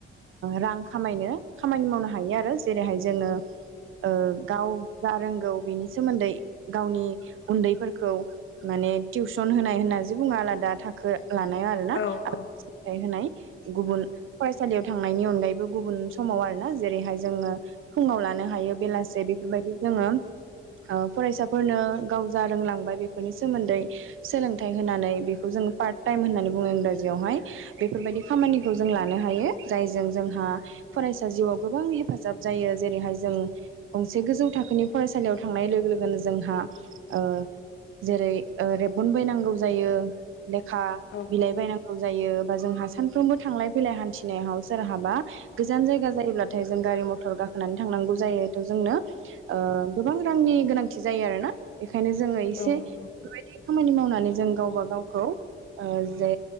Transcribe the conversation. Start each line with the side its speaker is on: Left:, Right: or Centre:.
Right: रां खामायनो खामानि मावनो हायो आरो। जेरैहाय जोङो ओ गाव जा रोंगौ बेनि सोमोन्दै- गावनि उन्दैफोरखौ माने टिउसन होनाय होननासो बुङो आलादा थाखो लानायाव आरोना थाय
Left: औ औ
Right: होनाय गुबुन
Left: औ
Right: फरायस सालियाव थांनायनि अनगायैबो गुबुन समाव आरोना जेरैहाय जोङो फुङाव लानो हायो बेलासे बेफोरबायदि जोङो ओ फरायसा फोरनो गाव जा रोंलांबाय बेफोरनि सोमोन्दै सोलोंथाइ होनानै बेखौ जोङो पार्ट टाइम होननानै बुङो इंराजियावहाय बेफोरबायदि खामानिखौ जों लानो हायो जायजों जोंहा फरायसा जिउआव गोबां हेफाजाब जायो जेरैहाय जों गंसे गोजौ थाखोनि फरायसालियाव थांनाय लोगो लोगोनो जों हा ओ जेरै ओ रेबगन बायनांगौ जायो। लेखा
Left: औ
Right: बिलाइ
Left: औ
Right: बायनांगौ जायो। बा जोंहा सानफ्रोमबो थांलाय फैलाय हानथिनायाव सोरहाबा गोजान जायगा जायगाथाय जों गारि मटर गाखोनानै थांनांगौ जायो थ जोंनो ओ गोबां रांनि गोनांथि जा जायो आरोना बेख ओंखायनो जोङो एसे
Left: औ
Right: बेफोरबायदि
Left: नंगौ
Right: खामानि मावनानै जों गावबा गावखौ ओ जे